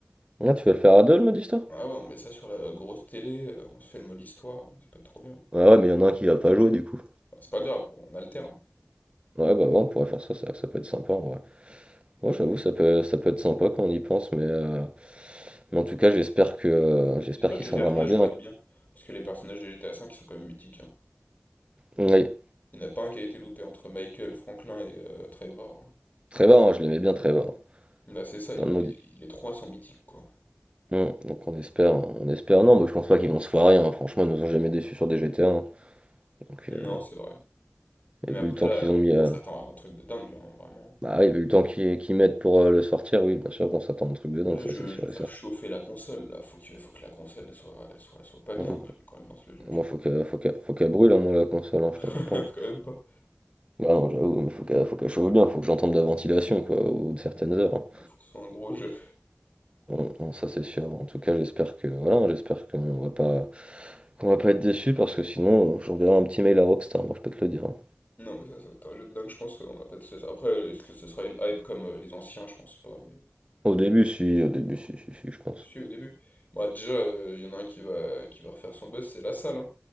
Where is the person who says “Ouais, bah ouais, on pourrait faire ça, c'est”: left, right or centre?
Right